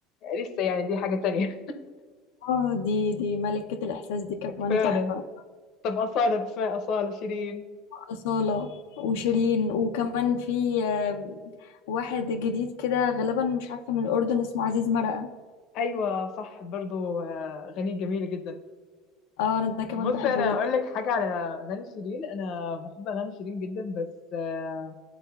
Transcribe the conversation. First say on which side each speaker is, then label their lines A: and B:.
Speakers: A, on the left (about 50°); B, on the left (about 80°).
A: أليسا يعني دي حاجة تانية
B: اه دي دي ملكة الإحساس دي كمان
A: <laughs> فعلا
B: تحفة
A: طب أصالة بتسمعي أصالة شيرين
B: أصالة وشيرين وكمان في آه، واحد جديد كده غالبا مش عارفة من الأردن اسمه عزيز مرقة
A: ايوه صح برضو آه، اغاني جميله جدا
B: اه أنا ده كمان
A: بص
B: بحبه
A: انا
B: جدا
A: اقول لك حاجه على اغاني شيرين انا بحب اغاني شيرين جدا بس آه،